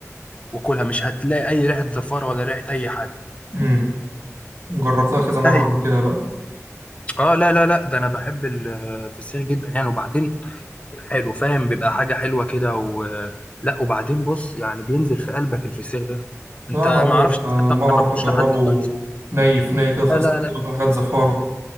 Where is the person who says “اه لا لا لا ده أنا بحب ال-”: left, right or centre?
Left